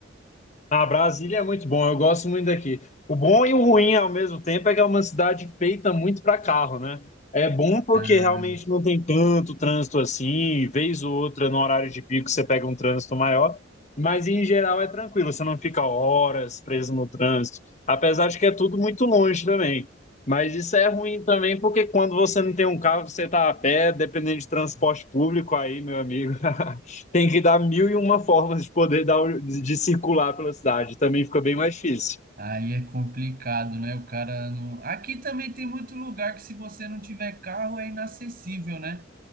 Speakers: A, on the left; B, on the right.
A: Ah, Brasília é muito bom, eu gosto muito daqui. O bom e o ruim ao mesmo tempo é que é uma cidade feita muito para carro, né? É bom porque
B: Ah,
A: realmente não tem tanto trânsito assim, vez ou outra no horário de pico você pega um trânsito maior, mas em geral é tranquilo, você não fica horas preso no trânsito, apesar de que é tudo muito longe também. Mas isso é ruim também porque quando você não tem um carro, você tá a pé, dependendo de transporte público aí, meu amigo. <laughs> tem que dar mil e uma formas de poder dar, um, de circular pela cidade. Também fica bem mais difícil.
B: Aí é complicado, né? O cara não. Aqui também tem muito lugar que, se você não tiver carro, é inacessível, né?